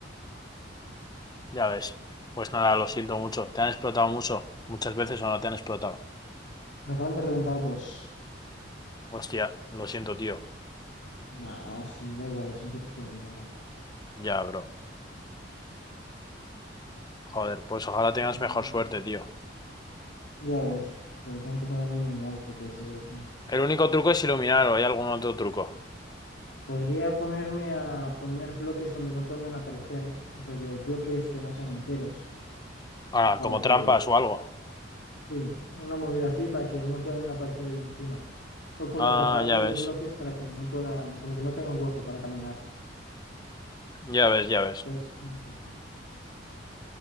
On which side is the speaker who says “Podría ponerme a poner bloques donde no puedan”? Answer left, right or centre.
Left